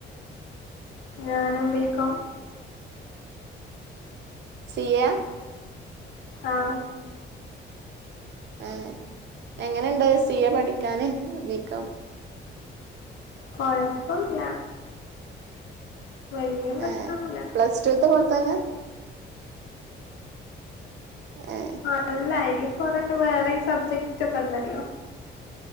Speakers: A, on the left; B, on the right.
A: ഞാനും ബി കോം
B: സിയെയാ
A: ആഹ്
B: ആഹ് എങ്ങനെണ്ട് സി എ പഠിക്കാന് വീക്കാ
A: കൊഴപ്പം ഇല്ല വലിയ പ്രശ്നം
B: ഏഹ്
A: ഒന്നുല്ല
B: പ്ലസ് ടു ൽത്ത പോലെത്തന്നെ എഹ്
A: ആഹ് അല്ല അതില് കൊറെ വേറെയും സബ്ജക്ടാെക്കെണ്ടല്ലോ